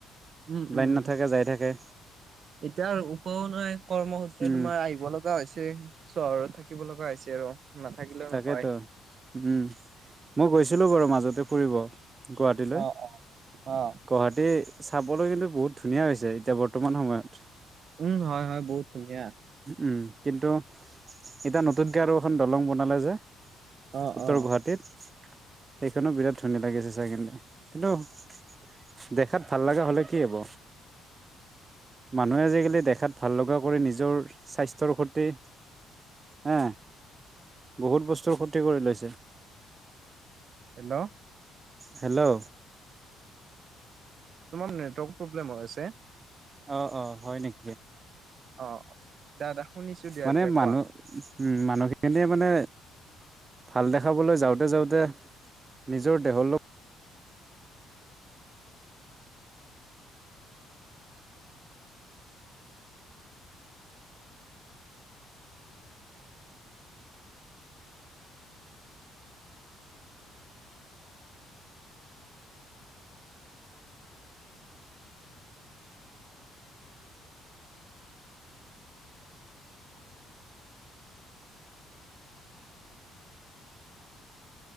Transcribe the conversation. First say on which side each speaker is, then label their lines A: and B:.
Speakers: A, on the right; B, on the right.
A: উম'উম
B: লাইন নাথাকে যাই থাকে
A: এতিয়া উপায়ও নাই কৰ্মসূত্ৰে
B: উম
A: তোমাৰ আহিব লগ লগা হৈছে চহৰত থাকিব লগা হৈছে আৰু নাথাকিলেও
B: তাকেতো
A: নহয়
B: উম' মই গৈছিলো বাৰু মাজতে ফুৰিব। গুৱাহাটীলৈ
A: অ অ অ
B: গুৱাহাটী চাবলৈ কিন্তু বহুত ধুনীয়া হৈছে এতিয়া বৰ্তমান সময়ত।
A: উম' হয়-হয় বহুত ধুনীয়া।
B: উম' কিন্তু এতিয়া নতুনকে আৰু এখন দলং বনালে যে
A: অ
B: উত্তৰ
A: অ
B: গুৱাহাটীত সেইখনো বিৰাট ধুনীয়া লাগিছে চাই কেনে কিন্তু দেখাত ভাল লগা হলে কি হব। মানুহে আজিকালি দেখাত ভাল লগা কৰি নিজৰ স্বাস্থ্যৰ ক্ষতি হে বহুত বস্তুৰ ক্ষতি কৰি লৈছে।
A: হেল্ল'।
B: হেল্ল
A: তোমাৰ নেটৱৰ্ক প্ৰব্লেম হৈ আছে।
B: অ', অ', হয় নেক।
A: অ অ', দাদা শুনিছো দিয়া
B: মানে
A: এতিয়া কোৱা।
B: মানুহ উম' মানুহখিনিয়ে মানে ভাল দেখাবলৈ যাওঁতে যাওঁতে নিজৰ দেহ লও